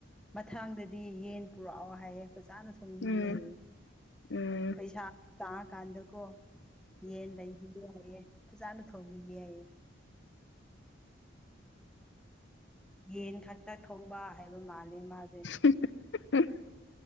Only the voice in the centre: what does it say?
ꯃꯊꯪꯗꯗꯤ ꯌꯦꯟ ꯄꯨꯔꯛꯑꯣ ꯍꯥꯏꯌꯦ ꯆꯥꯅ ꯊꯣꯡꯅꯤꯡꯌꯦ
ꯍꯥꯏꯌꯦ
ꯄꯩꯁꯥ ꯇꯥꯔꯀꯥꯟꯗꯀꯣ ꯌꯦꯟ ꯂꯩꯕꯤꯒꯦꯌꯦ ꯐꯖꯥꯅ ꯊꯣꯡꯕꯤꯒꯦꯌꯦ ꯌꯦꯟ ꯈꯛꯇ ꯊꯣꯡꯕ ꯍꯥꯏꯕ ꯃꯥꯜꯂꯦ ꯃꯥꯁꯦ